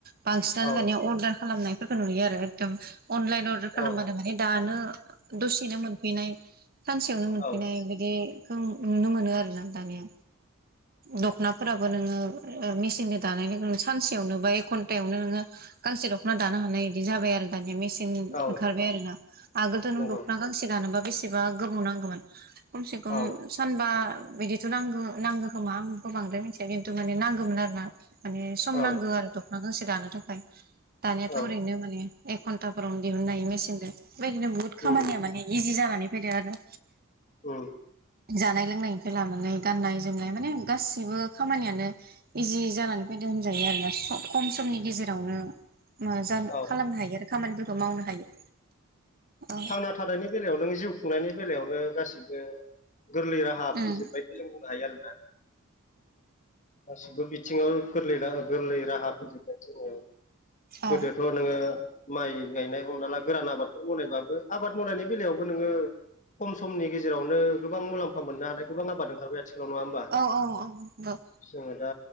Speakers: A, on the right (about 45°); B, on the left (about 35°).
A: बांसिनानो
B: औ
A: दानिया अर्दार खालामनायफोरखौ नुयो आरो एकदम अनलाइन अर खालामबानो
B: औ
A: माने दानो दसेनो मोनफैनाय सानसेयावनो मोनफैनाय
B: औ
A: बिदि खौ नुनो मोनो आरोना दानिया दख'नाफोराबो नोङो मेसिनजों दानाय लोगो लोगो सानसेयावनो बा एक घन्टायावनो नोङो गांसे दख'ना दानो हानाय बिदि जाबाय आरो दानिया मेसिन सिन
B: औ
A: ओंखारबाय आरो ना आगोलथ' नों
B: नंगौ
A: दख'ना गांसे दानोबा बेसेबा गोबाव नांगौमोन खमसे खम
B: औ
A: सानबा बिदिथ' नांगौ नांगौ खोमा आंबो बांद्राय मिथिया खिन्थु माने नांगौमोन आरोना माने सम
B: औ
A: नांगौ आरो दख'ना गांसे दानो थाखाय दानियाथ'
B: औ
A: ओरैनो माने एक घन्टाफोरावनो दिहुननो हायो मेसिनजों बेबायदिनो बुहुत खामानिया
B: उम
A: माने इजि जानानै फैदो आरो
B: औ
A: जानाय-लोंनायनिफ्राय लानानै गाननाय-जोमनाय माने गासिबो खामानियानो इजि जानानै फैदो होनजायो आरो ना खम समनि गेजेरावनो म जानो
B: औ
A: खालामनो हायो आरो खामानिफोरखौ मावनो हायो। औ
B: थांना थानायनि बेलायाव नो जिउ खुंनायनि बेलायावनो गासिबो गोरलै राहा फैजोबबाय
A: उम
B: जों बुंनो हायो आरोना। गासिबो बिथिङाव गोरलै गोरलै राहा फैजोबबाय जोङो
A: औ
B: गोदोथ' नोङो माइ गायनाय हमना ला गोरान आबादखौ बनायबाय आबाद मावनायनि बेलायावबो नोङो खम समनि गेजेरावनो गोबां मुलाम्फा मोननो हानाय गोबां आबाद ओंंखारबाय आथिखालाव नङा होनबा?
A: औ औ औ औ
B: जोङो दा